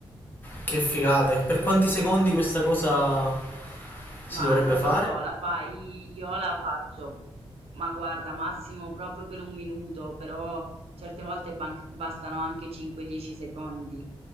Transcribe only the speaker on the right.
Ma
non
lo so, la fai, io la faccio, ma guarda, massimo proprio per un minuto, però certe volte ban- bastano anche 5-10 secondi,